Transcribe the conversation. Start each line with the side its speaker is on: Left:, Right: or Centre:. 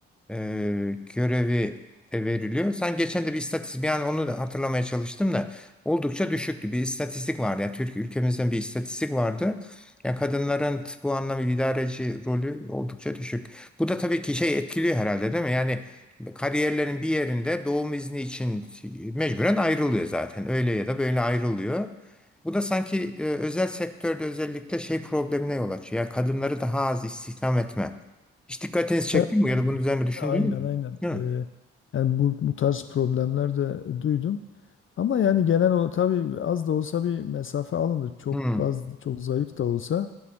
Centre: e, görevi de veriliyor. Sen geçen de bir istatistik, yani onu da hatırlamaya çalıştım da oldukça düşüktü. Bir istatistik vardı. Yani Türkiye ülkemizden bir istatistik vardı. Yani kadınların bu anlamda idareci rolü oldukça düşük. Bu da tabii ki şey etkiliyor herhalde değil mi? Yani kariyerlerin bir yerinde doğum izni için mecburen ayrılıyor zaten. Öyle ya da böyle ayrılıyor. Bu da sanki e, özel sektörde özellikle şey problemine yol açıyor. Yani kadınları daha az istihdam etme. Hiç dikkatinizi çekti
Left: Evet,
Centre: mi
Left: Aynen
Centre: ya da bunun üzerine düşündünüz
Left: aynen.
Centre: mü?
Left: aynen.
Centre: Değil mi?
Left: E, yani bu, bu tarz problemler de duydum. Ama yani genel olarak tabii az da olsa bir mesafe alındı. Çok
Centre: Hmm,
Left: az, çok zayıf da olsa